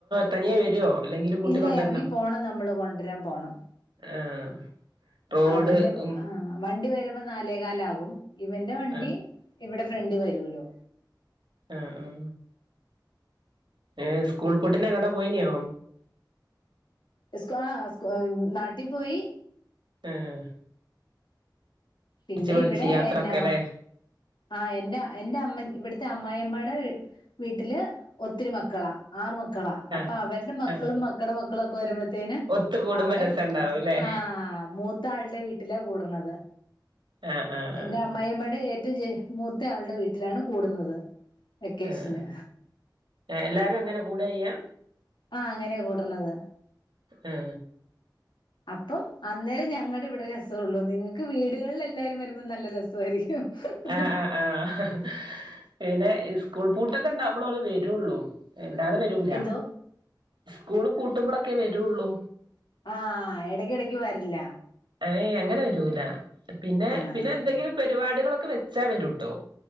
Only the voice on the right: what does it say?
തനിയാ വരുവോ അല്ലെങ്കിൽ കൂട്ടി
കൊണ്ടരണോ
ആഹ് റോഡ്
ഉം
ആഹ്
അഹ് അഹ് ഏയ് സ്കൂൾ പൊട്ടന്ങ്ങട്ടാ പോയിനോ
ആഹ്
പൊളിച്ച്
യാത്രൊക്കെല്ലേ
ആഹ്
ആഹ്
ഒത്ത് കൂടുമ്പോ
രസണ്ടാവുംല്ലേ
ആഹ് ആഹ്
ആഹ്
ആഹ് എല്ലാരും എങ്ങനെ കൂടെയ്യ
ആഹ്
ആഹ് ആഹ് ആഹ് പിന്നെ സ്കൂൾ പൂട്ടൊക്കെ ഉണ്ടാവുമ്പോള അവ വരുള്ളൂ അല്ലാതെ വരൂല
സ്കൂള് പൂട്ടുമ്പോഴൊക്കെ വരുള്ളൂ
ഏയ് അങ്ങനെ വരൂല പിന്നെ
പിന്നെ എന്തെങ്കിലും പരിപാടികളൊക്കെ വെച്ചാ വരൂട്ടോ